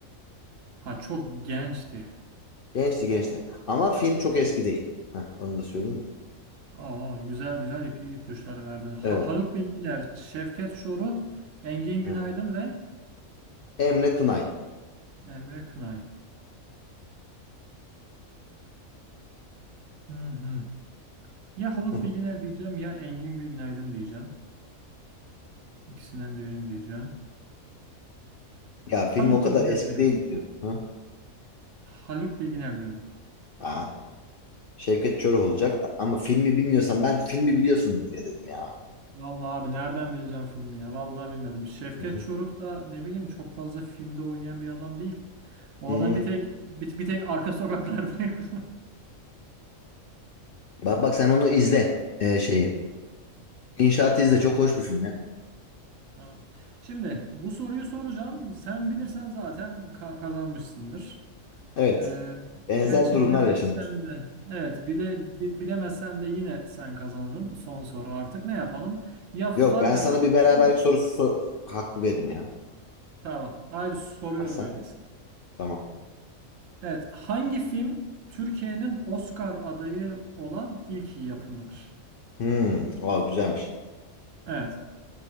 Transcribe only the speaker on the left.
Gençti gençti. Ama film çok eski değil. Heh, onu da söyleyeyim de.
Evet,
evet.
Emre Kınay.
<laughs>
Ya film o kadar
eski
değil diyorum. Hı?
Aa, Şevket Çoruh olacak ama filmi bilmiyorsan ben filmi biliyorsun diye dedim ya.
Hı hı.
Hmm.
Bak bak sen onu izle ee, şeyi. İnşaatı
izle çok
hoş bir film ya.
Evet.
Benzer
durumlar
yaşanır.
Yok ben
sana bir beraberlik sorusu sor- hakkı veririm ya.
Versen.
Tamam.
Hmm. Aa güzelmiş.